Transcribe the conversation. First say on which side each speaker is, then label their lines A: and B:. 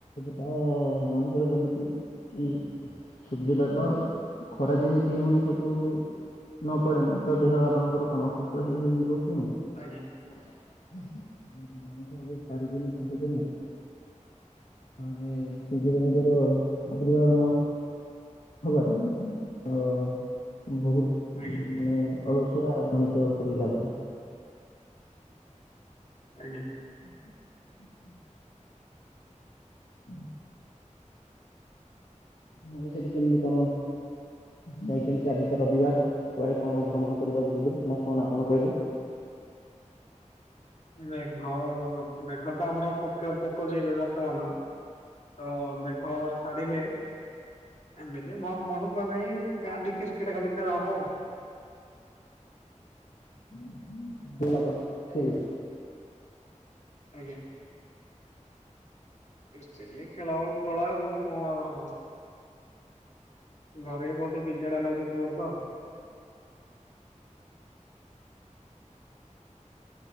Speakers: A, on the left; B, on the left.
A: ତ ମଣିଷର ଯେମିତି ଏଇ ସୂର୍ଯ୍ୟଦେବ ଖରା ଯେମିତି ମଣିଷକୁ ନ ପଡେ ନା, ତ ଦେହ ଆପଣଙ୍କର କଣ ଅସୁସ୍ଥ ହେଇ ହେଇ ଯିବ କି ନାଇଁ।
B: ଆଜ୍ଞା।
A: ମଣିଷ ଏବେ ଚାରି ଦିନି, ପାଞ୍ଚ ଦିନି <unintelligible> ସୂର୍ଯ୍ୟ ଦେବଙ୍କର ଆବିର୍ଭାବ ନ ହେବାରୁ ଅ ବହୁତ
B: ଆଜ୍ଞା।
A: ଅ ଅଳସୁଆ <unintelligible> ମଣିଷ ପରି ଲାଗୁଚି।
B: ଆଜ୍ଞା।
A: <inaudible> <unintelligible> ମୁଁ କହିଲି ସେଠି କେମିତି କଣ ଯାଇଛନ୍ତି ଆଜି ତ ରବିବାର କୁଆଡେ କଣ ଭ୍ରମଣ କରିବାକୁ ଯିବେ ନା କଣ ଆପଣ କହିଲେ।।
B: ମେଘ, ମେଘ ତ ଆମର ପକ ପକଉଚି ଏବେ ବର୍ତ୍ତମାନ। ତ ମେଘ ଛାଡିନି। ଏମିତି <unintelligible> ଗାଁ ଠି କ୍ରିକେଟ ଖାଲି ଖେଳ ହବ ଆଉ।
A: <unintelligible> ଖେଳି।
B: ଆଜ୍ଞା। କ୍ରିକେଟ ଟିକେ ଖେଳ ହେବ ଉପରଓଳା ଆଉ। କଣ ଆଉ ହବ? ଘରେ ବି ବହୁତ ବିଦାଡିଆ ଲାଗୁଚି ବହୁତ।